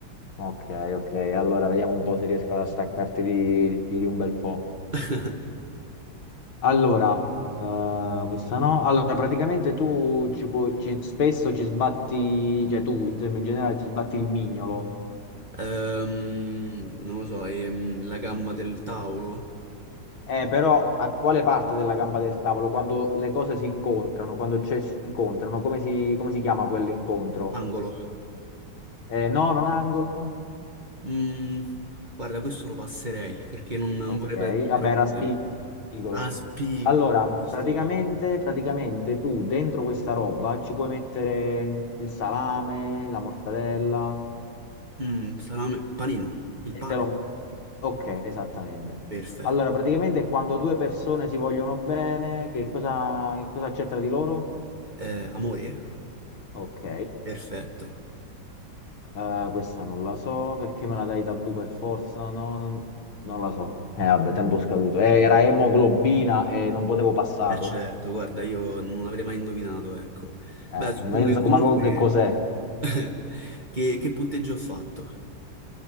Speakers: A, on the left (about 75°); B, on the right (about 25°).
A: Ok, ok. Allora vediamo un po' se riesco a staccarti di, di un bel po'.
B: <laughs>
A: Allora, eh, questa no. Allora, praticamente tu ci puoi, ci- spesso ci sbatti, cioè tu insomma, in generale ci sbatti il mignolo
B: Ehm, non lo so, ehm, la gamba del tavolo?
A: Eh, però a quale parte della gamba del tavolo? Quando le cose si incontrano, quando c'è, si incontrano, come si, come si chiama quell'incontro?
B: Angolo.
A: Eh, no, non angolo?
B: Mm, guarda, questo lo passerei perché non, non
A: Ok,
B: vorrei perderci
A: vabbè,
B: troppo
A: era spigolo.
B: tempo. Ah, spigolo,
A: Allora,
B: giusto.
A: praticamente, praticamente tu dentro questa roba ci puoi mettere il salame, la mortadella
B: Mm, salame, panino, il
A: e
B: pane.
A: te lo... Ok, esattamente.
B: Perfetto.
A: Allora, praticamente quando due persone si vogliono bene, che cosa, cosa c'è tra di loro?
B: Eh, amore?
A: Ok.
B: Perfetto.
A: Eh, questa non la so, perché me la dai tabù per forza? No, non, non la so. Eh, vabbè, tempo scaduto. Eh, era emoglobina e non potevo passarla.
B: Eh certo, guarda, io non avrei mai indovinato, ecco.
A: Eh,
B: Beh, suppongo
A: menzo,
B: che comunque...
A: manco che cos'è.
B: <laughs> che, che punteggio ho fatto?